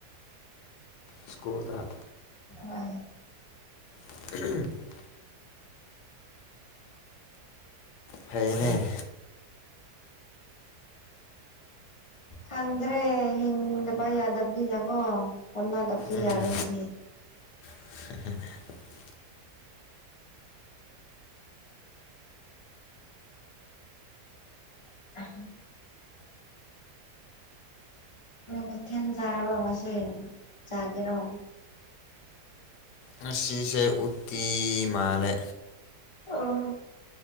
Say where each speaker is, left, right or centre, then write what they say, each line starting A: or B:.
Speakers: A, on the left (about 80°); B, on the left (about 30°).
A: ꯁ꯭ꯀꯨꯜꯗ
B: ꯑꯥꯏ
A: <inaudible> ꯐꯩꯅꯦ
B: ꯍꯪꯗ꯭ꯔꯦ ꯍꯤꯡꯗ ꯌꯥꯗꯕꯅꯤꯅꯀꯣ ꯍꯣꯠꯅꯗꯕꯗꯤ
A: ꯎꯝ
B: ꯌꯥꯔꯣꯏ ꯅꯦꯍꯦ
A: <unintelligible>
B: <unintelligible> ꯀꯩ ꯃꯥꯊꯦꯟ ꯆꯥꯔꯕꯣ ꯉꯁꯤ ꯆꯥꯒꯦꯔꯣ
A: ꯉꯁꯤꯁꯦ ꯎꯠꯇꯤ ꯃꯥꯜꯂꯦ
B: ꯑꯣ